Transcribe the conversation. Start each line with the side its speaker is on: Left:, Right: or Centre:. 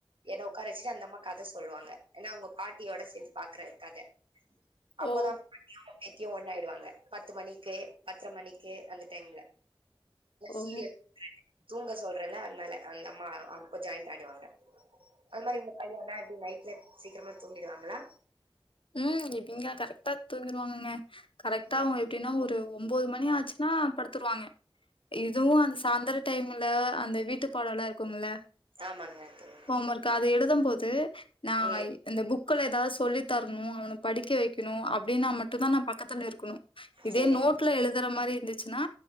Right: என்ன ஒக்காரச்சுட்டு அந்த அம்மா கத சொல்லுவாங்க ஏன்னா அவங்க பாட்டியோட சேந்து பாக்குற கத அப்போதா
Left: ஓ
Right: பாட்டியு பேத்தியு ஒண்ணாய்டுவாங்க பத்து மணிக்கு பத்ர மணிக்கு அந்த டைம்ல
Left: ஓ
Right: சீரியல் <inaudible> தூங்க சொல்றல்ல அத்னால அந்த அம்மா அப்ப ஜாய்ண்ட் ஆய்டுவாங்க அது மாரி உங்க பையனா எப்டி நைட்ல சீக்கிரமா தூங்கிடுவாங்களா
Left: ம் இவிங்க கரெக்ட்டா தூங்கிருவாங்கங்க கரெக்ட்டா
Right: ம்
Left: அவ்ங்க எப்டின்னா ஒரு ஒம்போது மணி ஆச்சுன்னா படுத்துருவாங்க இதுவு அந்த சாந்தரொ டைம்ல அந்த வீட்டு பாடொல்லா இருக்குல்ல
Right: ஆமாங்க தோ
Left: ஓம் ஒர்க் அதைழ எழுதம் போது நா
Right: ம்
Left: இந்த புக்குல ஏதாவ் சொல்லி தர்ணு அவன படிக்க வெக்கணு அப்டின்னா மட்டு தா நா பக்கத்துல இருக்கணு இதே
Right: சேரிங்க
Left: நோட் ல எழுதுற மாரி இருந்துச்சுன்னா